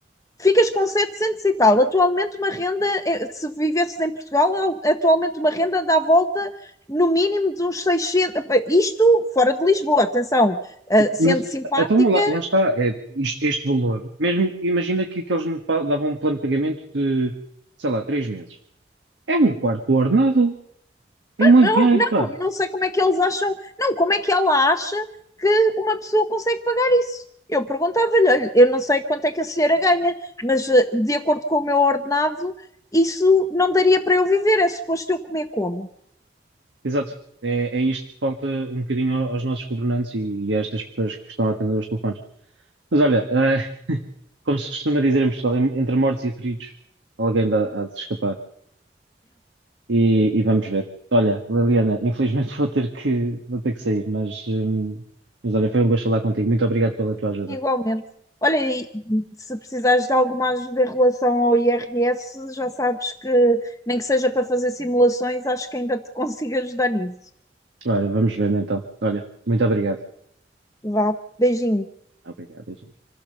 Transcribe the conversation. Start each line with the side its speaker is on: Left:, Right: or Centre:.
Left: ficas com 700 e tal. Atualmente, uma renda, eh, se vivesses em Portugal, atualmente uma renda dá à volta no mínimo de uns 600. Isto fora de Lisboa, atenção, eh, sendo
Right: Mas
Left: simpática,
Right: então lá, lá está, é, isto- este valor, mesmo imagina que, que eles me pa- davam um plano de pagamento de, sei lá, três meses. É um quarto do ordenado, é muito
Left: não,
Right: dinheiro,
Left: não,
Right: pá.
Left: não sei como é que eles acham, não, como é que ela acha que uma pessoa consegue pagar isso. Eu perguntava-lhe, olha, eu não sei quanto é que a senhora ganha, mas eh, de acordo com o meu ordenado, isso não daria para eu viver, é suposto eu comer como?
Right: Exato. É, é isto que falta um bocadinho ao- aos nossos governantes e, e a estas pessoas que estão a atender aos telefones. Mas olha, eh, como se costuma dizer em Portugal, em- entre mortos e feridos, alguém dá, há de se escapar. E, e vamos ver. Olha, Liliana, infelizmente <laughs> vou ter que, vou ter que sair, mas, hum, mas olha, foi um gosto falar contigo. Muito obrigado pela tua ajuda.
Left: Igualmente. Olha, e se precisares de alguma ajuda em relação ao IRS, já sabes que, nem que seja para fazer simulações, acho que ainda te <laughs> consigo ajudar nisso.
Right: Olha, vamos vendo então. Olha, muito obrigado.
Left: Vá, beijinho.
Right: Obrigado, gente.